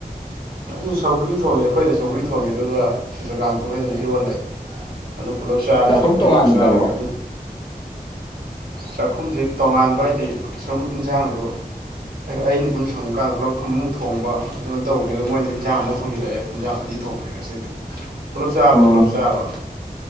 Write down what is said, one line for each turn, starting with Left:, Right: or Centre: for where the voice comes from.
Right: ꯑꯩ ꯁꯧꯒ꯭ꯔꯤ ꯊꯣꯡꯉꯦ ꯑꯩꯈꯣꯏꯗ ꯁꯧꯀ꯭ꯔꯤ ꯊꯣꯡꯉꯦ ꯑꯗꯨꯒꯖꯀꯥꯟ ꯇ ꯍꯣꯏꯗꯅ ꯏꯔꯣꯜꯂꯦ ꯑꯗꯨ ꯄꯨꯂꯞ ꯆꯥꯔꯦ
Left: ꯆꯥꯛꯈꯨꯝ
Right: ꯁꯒꯔꯤꯗꯨ
Left: ꯇꯣꯉꯥꯟꯈ꯭ꯔꯕꯣ
Right: ꯆꯥꯔꯒ ꯑꯗꯨ ꯆꯥꯛꯈꯨꯝꯁꯤ ꯇꯣꯉꯥꯟꯕ ꯍꯥꯏꯗꯤ ꯁꯨꯝ ꯏꯟꯁꯥꯡꯗ ꯑꯩꯅ ꯁꯨꯝ ꯁꯪꯕ ꯀꯥꯟꯗ ꯄꯨꯂꯞ ꯊꯛ ꯊꯣꯡꯕ ꯑꯗꯨꯃꯥꯏꯅ ꯇꯧꯕꯅꯦ ꯑꯗꯨ ꯃꯣꯏꯅ ꯏꯟꯖꯥꯡ ꯑꯃꯨ ꯊꯣꯡꯖꯤꯜꯂꯛꯑꯦ ꯏꯟꯖꯥꯡ ꯑꯅꯤ ꯊꯣꯡꯈ꯭ꯔꯦ ꯉ ꯁꯤꯗꯤ ꯄꯨꯂꯞ ꯆꯥꯕꯗꯤ
Left: ꯑꯣ
Right: ꯄꯨꯂꯞ ꯆꯥꯕ